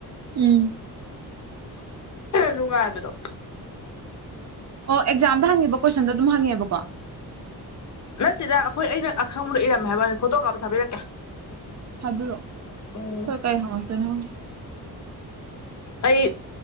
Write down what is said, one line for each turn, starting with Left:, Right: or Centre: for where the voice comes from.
Right: ꯎꯝ
Left: ꯅꯨꯡꯉꯥꯏꯕꯗꯣ
Right: ꯑꯣ ꯑꯦꯛꯖꯥꯝꯗ ꯍꯪꯉꯤꯕ ꯀꯣꯏꯁꯟꯗꯣ ꯑꯗꯨꯝ ꯍꯪꯉꯦꯕꯀꯣ
Left: ꯅꯠꯇꯦꯗ ꯑꯩꯈꯣꯏ ꯑꯩꯅ ꯑꯈꯪꯕꯗ ꯏꯔꯝꯃꯦ ꯍꯥꯏꯕꯅꯤ ꯐꯣꯇꯣ ꯀꯥꯞ ꯊꯥꯕꯤꯔꯛꯀꯦ
Right: ꯊꯥꯕꯤꯔꯛꯑꯣ
Left: ꯎꯝ
Right: ꯁꯣꯏ ꯀꯥꯏ ꯍꯁꯇꯅꯦꯅꯦ
Left: ꯑꯩ